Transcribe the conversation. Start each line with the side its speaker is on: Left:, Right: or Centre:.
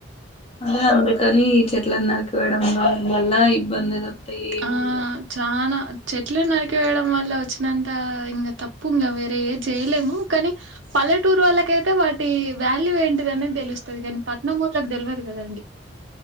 Left: అదే అందుకని ఈ చెట్లను నరికేయడంలో అందువల్ల ఇబ్బంది ఏముండదు
Right: ఆ చానా చెట్లు నరికివేయడం వల్ల వచ్చినంత ఇంకా తప్పు ఇంకా వేరే ఏ చేయలేము కానీ పల్లెటూరోళ్ళకైతే వాటి వ్యా ల్యూ ఏంటిది అనేది తెలుస్తుంది కానీ పట్నం వొళ్ళకి తెలవదు కదండి